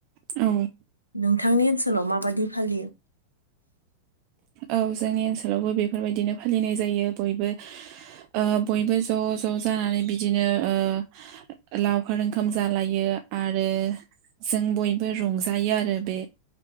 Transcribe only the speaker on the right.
औ।
औ जोंनि ओनसोलावबो बेफोरबायदिनो फालिनाय जायो बयबो ओ बयबो ज' ज' जानानै बिदिनो ओ लावखार ओंखाम जालायो आरो जों बयबो रंजायो आरो बे